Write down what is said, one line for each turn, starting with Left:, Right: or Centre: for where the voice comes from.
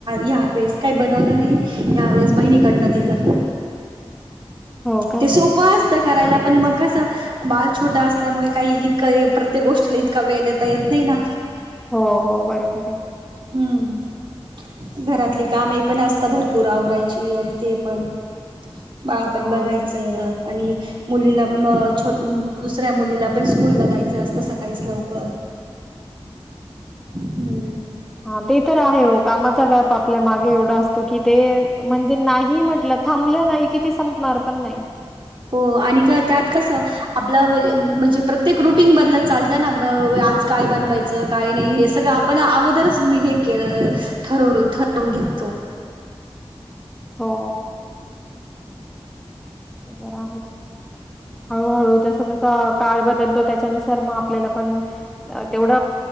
Right: या वेळेस काही बनवलं नाही. यावेेळेस बहिणीकडनं दिलं
Centre: हो का
Right: ते सोपं असतात करायला पण मग कसं बाळ छोटं असल्यामुळे काही इतकां प्रत्येक गोष्टीला इतका वेळ देता येत नाही ना
Centre: हो हो बरोबर आहे.
Right: हम्म घरातली कामे पण असत भरपूर आवरायची आणि ते पण बाळ पण
Centre: हां
Right: बघाय आणि मुलीला छोट दुसऱ्या मुलीला पण स्कूलला जायचं असतं, सकाळीच लवकर. हम्म.
Centre: हा ते तर आहे ओ, कामाचा व्याप आपल्या मागे एवढा असतो की ते म्हणजे नाही म्हटलं थांबलं नाही की ते संपणार पण नाही
Right: हो आणि का त्यात कसं आपलं म्हणजे प्रत्येक रुटीन बदलत चालत ना आज काय बनवायचं काय नाही हे सगळं आपण अगोदरच हे केलं ठरव ठरवून घेतो.
Centre: हो. ते तर आहेच. हळूहळू जस जस काळ बदलतो त्याच्यानुसार तर म आपल्याला पण तेवढ